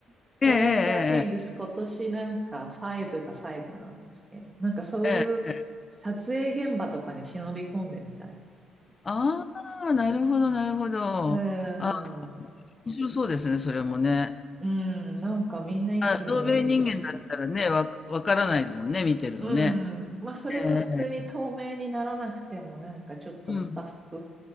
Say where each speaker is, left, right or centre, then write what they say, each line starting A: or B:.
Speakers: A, on the right (about 20°); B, on the left (about 30°).
A: ストレンジャーシングス今年なんか5が最後なんですけど、
B: ええええ
A: なんかそういう撮影現場とかに忍び込んでみたい。
B: ええ。ええ。ああ、なるほどなるほど。
A: うー
B: あ
A: ん、
B: 面白そうですね、それもね。
A: うん、なんかみんな一気に見れるし、
B: あ、透明人間だったらね、わわからないもんね、見てるのね。
A: うん、まあそれか普通に透明にならなくてもなんかちょっとスタッフ
B: ええ。うん。